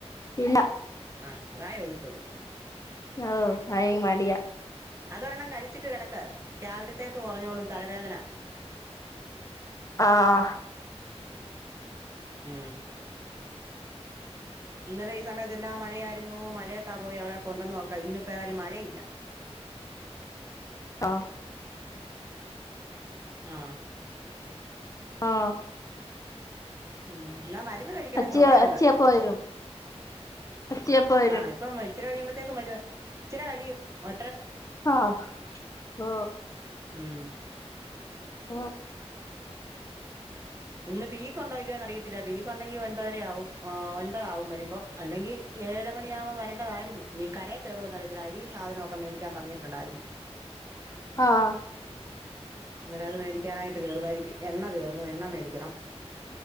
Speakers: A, on the left (about 30°); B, on the right (about 25°).
A: ഇല്ല
B: ആഹ് അതാ ചോയിച്ചത്
A: ഓഹ് അയെനിക്ക് മടിയാ
B: അതൊരെണ്ണം കഴി ച്ചിട്ട് കിടക്ക് രാവിലത്തേക്ക് കുറഞ്ഞോളും തലവേദന
A: ആഹ്
B: ആഏ ഇന്നലെ ഈ സമയത്ത്ന്നെ മഴയായിരുന്നു മഴയത്താ പോയി അവവിടെ കൊണ്ടന്ന് നോക്കാം ഇന്നിപ്പോ ആാലും മഴയില്ല
A: ആഹ്
B: ആഹ
A: ആഹ
B: ഉം എന്നാ മരുന്ന് കഴിക്കണം
A: അച്ചി
B: ചുമയുണ്ട്
A: അച്ചി എപ്പോ വരും അച്ചി എപ്പോ വരും
B: ആ ഇപ്പം ഇച്ചിരി കഴിയുമ്പോത്തേക്കും വരുവാ ഇച്ചി വഴിയും ഒ
A: ആഹ ഓ
B: മഏ
A: <unintelligible>
B: ഇന്ന് പീക്ക് ഉണ്ടോല്ലോന്ന് അറിയത്തില്ല പീക്ക് ഉണ്ടെങ്കിൽ ഒൻപതര ആവുംും ഒൻപതാാവും വരുമ്പം അല്ലെങ്കിൽ ഏഴ് മണിയ ആുമ്പോ വേണ്ടതായിരുന്നു നീ കരയ കയറുവന്ന് അറിയത്തില്ല അരി സാധനമൊക്കെ മേരിക്കാൻ പറഞ്ഞിട്ടുണ്ടായിരുന്നു
A: ആഹ്
B: ന്നേരത് മേടിക്കാനായ്ട്ട് കേറുവായിരിക്കും എണ്ണ തീർന്നു എണ്ണ മേടി